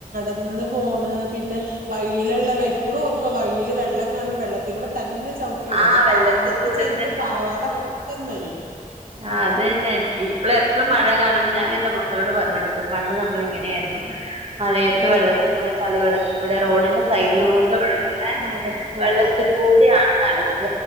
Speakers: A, on the right (about 80°); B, on the right (about 45°).
A: എന്ന് ഫോണ് പിന്നെ വയില്ള്ള ഇപ്പളും ഓർക്കും വഴില് വെള്ളം കാണുമ്പോ വെള്ളത്തി കൂടെ തന്നെ ചൗ ട്ടിരും
B: ആ
A: അന്ന്
B: വെള്ളത്തി
A: പാ അന്നത്തെ
B: കൂടെ
A: ചെരുപ്പ് പാവാട മൊത്തം ന്നനയും.
B: ആഹ് അതന്നെ ഇപ്പള് എപ്പഴും മഴ കാണുമ്പോ ഞാനെന്റെ മക്കളോട് പറഞ്ഞെടുക്കും പണ്ട് നമ്മള് ഇങ്ങനെയായിരുന്നു.
A: <inaudible>
B: മഴയത്ത്
A: ഉം
B: വെള്ളത്തിൽ കൂടെ ചളി വെള്ളത്തി കൂടെ റോഡിന്റെ സൈഡിലോട്ട്
A: ചവിട്ട്
B: ഒഴുകുന്ന
A: നടക്കും
B: വെള്ളത്തി കൂടിയാണ് നടക്ക